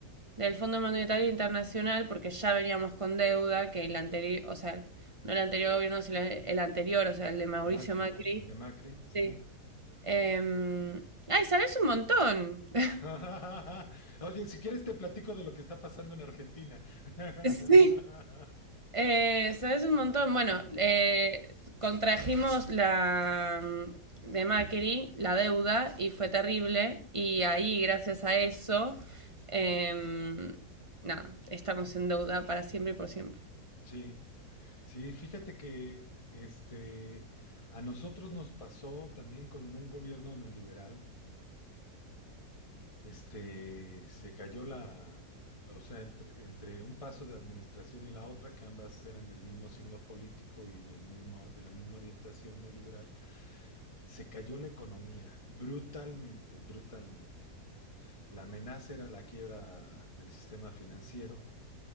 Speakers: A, on the right (about 20°); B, on the left (about 20°).
A: del Fondo Monetario Internacional porque ya veníamos con deuda que el anterior, o sea, no el anterior gobierno, sino el anterior, o sea, el de Mauricio
B: Macri,
A: Macri.
B: el de Macri,
A: Sí.
B: sí.
A: Em, ay, sabes un montón. <laughs>
B: <laughs> Oye, si quieres te platico de lo que está pasando en Argentina. <laughs>
A: Sí. Eh, sabes un montón. Bueno, eh, contrajimos la mm, de Macri, la deuda, y fue terrible. Y ahí, gracias a eso, em, nada, estamos en deuda para siempre y por siempre.
B: Sí, sí, fíjate que este a nosotros nos pasó también con un gobierno neoliberal. Este se cayó la, o sea, entre, entre un paso de administración y la otra, que ambas eran del mismo signo político y del mismo, de la misma orientación neoliberal, se cayó la economía brutalmente, brutalmente. La amenaza era la quiebra del sistema financiero.